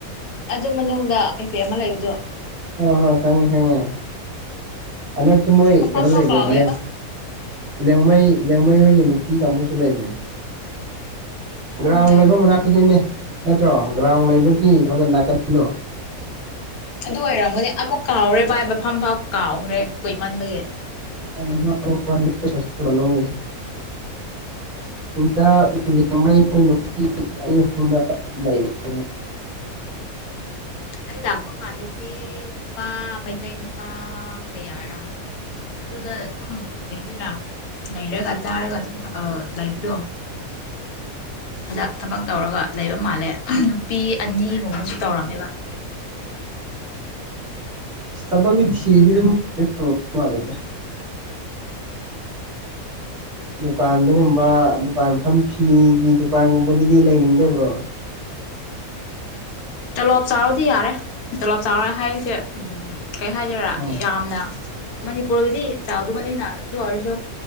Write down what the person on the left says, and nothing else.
ꯑꯗꯨ ꯃꯅꯨꯡꯗ ꯀꯦꯐꯦ ꯑꯃ ꯂꯩꯕꯗꯣ
ꯃꯐꯝꯐꯥꯎ
ꯀꯥꯎꯔꯦꯕ
ꯈꯪꯗꯦ
ꯑꯗꯨ ꯑꯣꯏꯔꯝꯒꯅꯤ ꯑꯃꯨꯛ ꯀꯥꯎꯔꯦ ꯚꯥꯏꯕ ꯐꯝ ꯐ ꯀꯥꯎꯒ꯭ꯔꯦ ꯀꯨꯏꯃꯟꯕꯒꯤ
ꯑꯩ ꯂꯥꯛꯄ ꯀꯥꯟꯗꯗꯤ ꯅꯨꯄꯥ ꯃꯩꯇꯩ ꯅꯨꯄꯥ ꯀꯌꯥꯔꯥ ꯑꯗꯨꯗ ꯑꯗꯨꯝ ꯀꯩ ꯍꯥꯏꯗꯔꯥ ꯂꯩꯔꯒ ꯆꯥꯔꯒ ꯑꯗꯨꯝ ꯊꯑ ꯂꯩꯕꯗꯣ ꯑꯗ ꯊꯕꯛ ꯇꯧꯔꯒ ꯂꯩꯕ ꯃꯥꯜꯂꯦ ꯄꯤ ꯑꯅꯤꯒꯨꯝꯕꯁꯨ ꯇꯧꯔꯝꯃꯦꯕ
ꯇꯣꯂꯣꯞ ꯆꯥꯎꯔꯗꯤ ꯌꯥꯔꯦ ꯇꯣꯂꯞ ꯆꯥꯎꯔ ꯍꯥꯏꯔꯤꯁꯦ ꯎꯝ ꯀꯩ ꯍꯥꯏꯗꯣꯏꯔꯥ
ꯌꯥꯝꯅ ꯃꯅꯤꯄꯨꯔꯒꯤꯗꯤ ꯆꯥꯎꯗꯃꯅꯤ ꯗꯨ ꯑꯣꯏꯔꯁꯨ